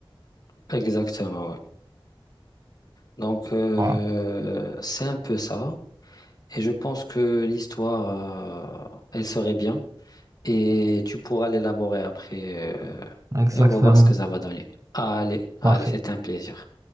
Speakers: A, on the left; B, on the right.
A: Exactement, oui. Donc, euh,
B: Voilà,
A: c'est un peu ça. Et je pense que l'histoire, euh, elle serait bien. et tu pourras l'élaborer après euh,
B: exactement.
A: et on va voir ce que ça va donner. Allez, allez,
B: Parfait.
A: c'était un plaisir.